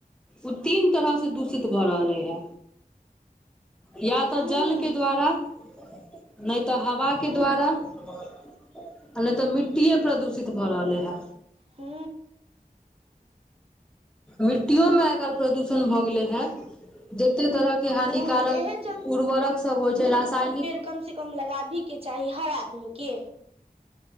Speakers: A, in the centre; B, on the right (about 40°).
A: उ तीन तरह से दूषित भऽ रहले हे। या तऽ
B: हूँ
A: जल के द्वारा नहि तऽ ह हवा के
B: हूँ
A: द्वारा नहि तऽ मिट्टीेये प्रदूषित भऽ रहले है।
B: हू।
A: मिट्टियों मे आइ काइल प्रदूषण भऽ गेलै है। जते तरह के हानिकारक
B: हूँ एहे
A: उर्वरक सब होइ छै रासायनिक
B: कमसँ कम लगाबीके चाही हर आदमीके।